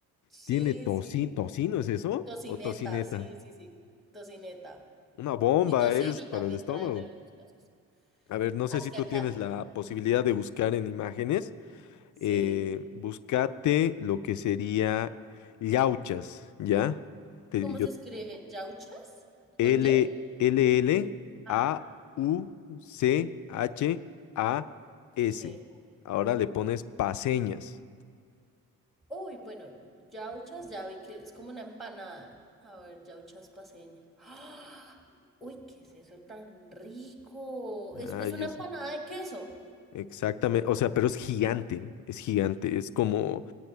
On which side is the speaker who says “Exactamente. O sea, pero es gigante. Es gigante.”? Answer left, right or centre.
Left